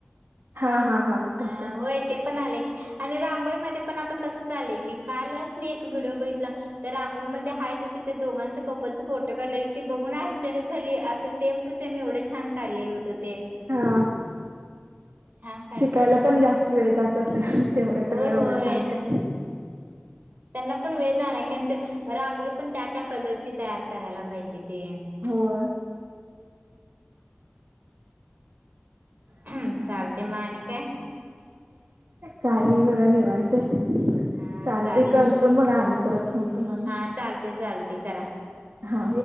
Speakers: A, on the right (about 70°); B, on the right (about 45°).
A: हा हा हा.
B: ह
A: तसं
B: हो य ते पण आले की आणि रांगोळीमध्ये पण आता तस झालंय की कालच मी एक व्हिडिओ बघितला. तर रांगोळीमध्येध्ये आहेा तस ते दोघांच कपलचे फोटो काढलेले ती बघून आश्चर्य झाली. सेम टू सेम एवढं छान काढलेलं होत ते
A: हा
B: छान काढ.
A: शिकायला पण जास्त वेळ जातो असेल तेवढं
B: होय
A: सगं एवढं
B: होय
A: छान करा.
B: त्यांना पण वेळ जाणार क रांगोळी पण त्या त्या कलरची तयार करायला पाहिजे ते
A: होय.
B: ह चालते म आणि काय?
A: काणी बघा नाही मानते.
B: हा
A: चाल
B: चालते
A: ते करत
B: चाल
A: मग आ परत फोन तुम्हाला
B: हा चालते चालते करा
A: हा.